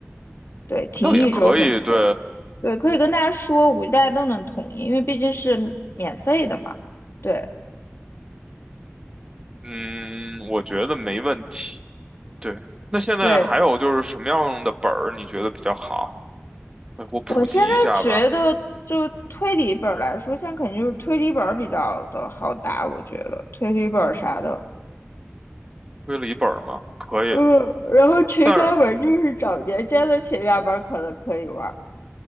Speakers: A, on the left; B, on the right.
A: 对，停一周什么的，
B: 倒也可以。对，
A: 对，可以跟大家说，我估计大家都能同意，因为毕竟是免费的嘛。对
B: 嗯，我觉得没问题。对，那现在还有就是什么样的本儿你觉得比较好？
A: 对，
B: 来给我普及一下吧。
A: 我现在觉得就推理本儿来说，现在肯定就是推理本儿比较的好打，我觉得推理本儿啥的，
B: 推理本儿吗？可以，
A: 嗯，然后情感本儿就是找年间的情感本儿可能可以玩儿，
B: 但是